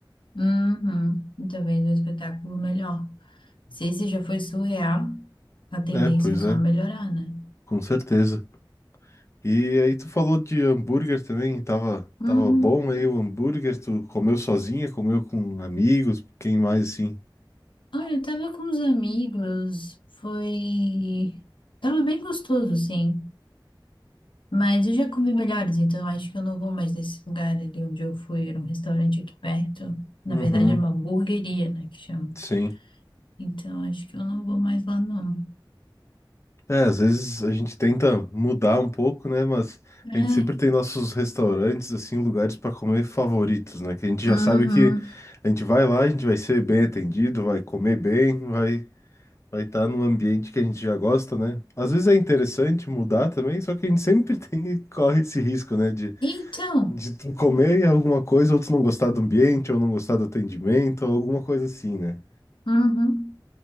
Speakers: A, on the left; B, on the left.
A: uhum. E Talvez um espetáculo melhor. Se esse já foi surreal, a tendência
B: É, pois
A: é só
B: é,
A: melhorar, né?
B: com certeza. E aí tu falou de hambúrguer também, tava,
A: Uhum.
B: tava bom aí o hambúrguer, tu comeu sozinha, comeu com amigos, quem mais assim?
A: Ah, eu tava com os amigos, foi... Tava bem gostoso, assim. Mas eu já comi melhores, então acho que eu não vou mais nesse lugar ali onde eu fui. Era um restaurante aqui perto. Na
B: Uhum,
A: verdade, era uma hamburgueria, né, que chama.
B: sim.
A: Então acho que eu não vou mais lá, não.
B: É, às vezes a gente tenta mudar um pouco, né? Mas
A: É.
B: a gente sempre tem nossos restaurantes, assim, lugares para comer favoritos, né? Que a gente já
A: Uhum.
B: sabe que a gente vai lá, a gente vai ser bem atendido, vai comer bem, vai vai estar num ambiente que a gente já gosta, né? Às vezes é interessante mudar também, só que a gente sempre tem <laughs> corre esse risco, né? De,
A: Então,
B: de tu comer alguma coisa, ou tu não gostar do ambiente, ou não gostar do atendimento, ou alguma coisa assim, né?
A: uhum.